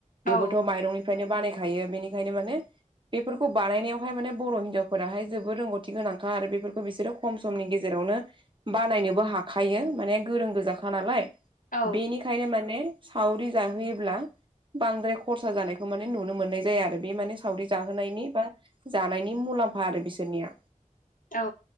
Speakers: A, on the right (about 35°); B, on the left (about 80°).
A: बेबोथ'
B: औ
A: माइरंनिफ्रायनो बानायखायो बेनिखायनो माने बेफोरखौ बानायनायावहाय माने बर' हिनजावफोराहाय जोबोद रोंगौथि गोनांखा आरो बेफोरखौ बिसोरो खम समनि गेजेरावनो बानायनोबो हाखायो माने गोरों गोजाखा नालाय
B: औ
A: बेनि ओंखायनो माने सावरि जाहोयोब्ला बांद्राय खरसा जानायखौ माने नुनो मोननाय जाया आरो। बे माने सावरि जाहोनायनि बा जानायनि मुलाम्फा आरो बिसोरनिया
B: औ।